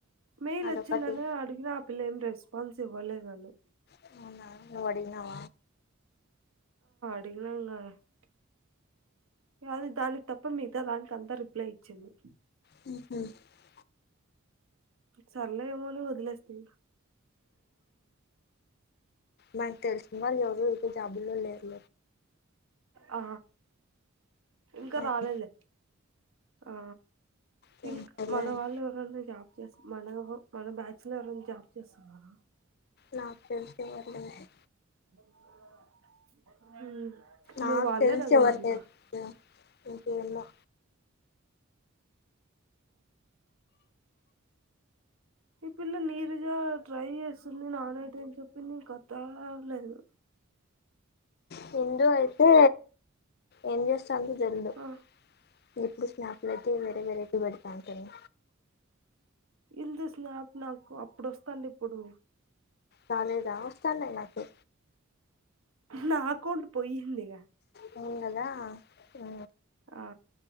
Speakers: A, on the right; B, on the left.
A: మెయిల్
B: అదొకటి
A: వచ్చిందా అని అడిగినా ఆ పిల్ ఏం రేస్ వంశీ బోలేదనీ
B: అవునా నువ్ అడిగినావ
A: <inaudible> కానీ దానికి తప్ప మిగతా దానికి అంతా రిప్లై ఇచ్చింది
B: <inaudible>
A: సర్లే ఏమోని వద్లేస్ థీ
B: నాక్ తెలిసినవాళ్ ఎవర్ జాబు ల్లో లేరు
A: ఆ ఇంకా
B: నాకు
A: రాలేదులే ఆ
B: తెలిసి
A: ఇంక
B: ఎవరు
A: మన
B: లేరు
A: వాళ్ళు ఎవరన్నా జాబ్ మన మన బ్యాచ్ ల ఎవరన్నా జాబ్ చేస్తున్నార
B: నాక్ తెల్సి ఎవరూలేరు
A: ఎ <unintelligible> ఉమ్
B: నాకు
A: మీ వాళ్
B: తెలిసి
A: ఎగా ఇంగ
B: ఎవరు
A: అంతా
B: లేరు ఇంకేమో
A: ఈ పిల్ల నీరుజ ట్రై చేస్తుంది నాన్ ఐటీ అని చెప్పిన్ ది ఇక తా లేదు
B: సింధూ అయితే ఏం చేస్థాన్ దో తేల్ద్
A: ఆ
B: ఇంగిప్పుడు స్నాపులయితే వేరే వేరేటీవి పేడుతాంటిని
A: ఇందు స్నాప్ నాకు అప్పుడు వస్తాండే ఇప్పుడు
B: రాలేదా వస్తన్నాయ్ నాకు
A: నాఅకౌంట్ పోయ్యిందీగా
B: వూన్ గదా ఊ
A: ఆ